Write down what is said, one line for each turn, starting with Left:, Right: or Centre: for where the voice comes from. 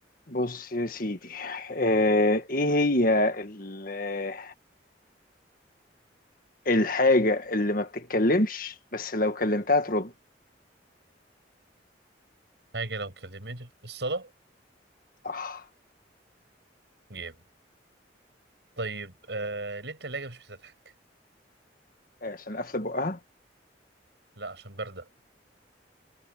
Left: بص يا سيدي آه، ايه هي ال- الحاجة اللي ما بتتكلمش بس لو كلمتها ترد
Right: حاجة لو كلمت الصلاة
Left: صح
Right: جامد طيب آه ليه التلاجة مش بتضحك؟
Left: آه، عشان قافلة بقها
Right: لا عشان باردة